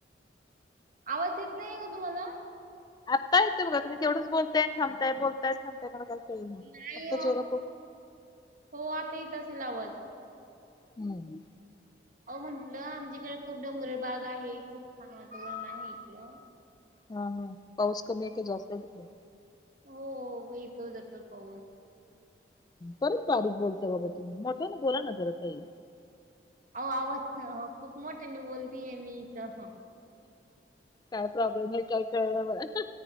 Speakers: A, on the right; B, on the left.
A: आवाज येत नाहीये का तुम्हाला?
B: आत्ता येतय बघ तुम्ही तेवढंच बोलताय थांबताय बोलताय थांबताय काय तोय मग
A: नाही
B: आत्ता जोरात हो.
A: हो आता येत असेल आवाज
B: हम्म.
A: अहो म्हंटलं आमच्याकडे खूप डोंगर बाग आहे खूप छान वातावरण आहे इकड
B: हा हा पाऊस कमी आहे का जास्त आहे त?
A: हो येतो जातो पाऊस.
B: बरीच बारीक बोलतय बाबा तुम्ही मोठ्या ना बोला ना जर काही.
A: अहो आवाज खूप मोठ्या न बोलतीय मी इथं.
B: काय प्रॉब्लेम आहे काय कळण मला.